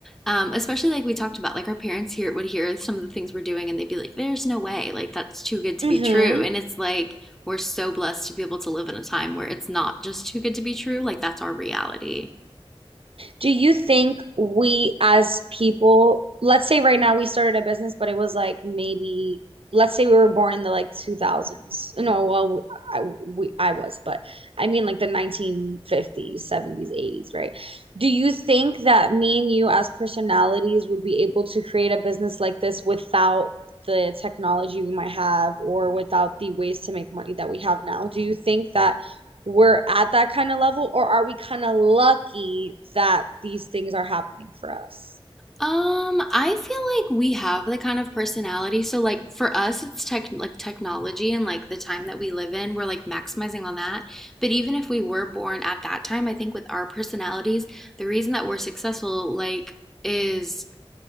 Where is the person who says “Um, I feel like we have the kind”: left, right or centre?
Centre